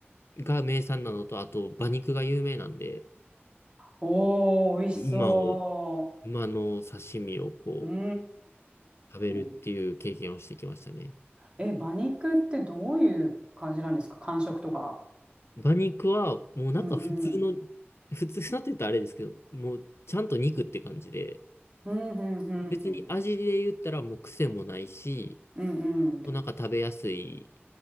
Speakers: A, on the left; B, on the right.
A: が名産なのと、あと馬肉が有名なんで、
B: おー、美味しそ
A: 馬を、馬の刺身をこう、
B: う。うんう
A: 食べるっていう経験をしてきましたね。
B: んうん。え、馬肉ってどういう感じなんですか感触とか。
A: 馬肉は、もうなんか普通の、
B: うんうん。
A: 普通なって言ったらあれですけど、もうちゃんと肉って感じで、
B: うんうんうん。
A: 別に味で言ったらもう癖もないし、
B: うんうん。う
A: なんか食べやすい、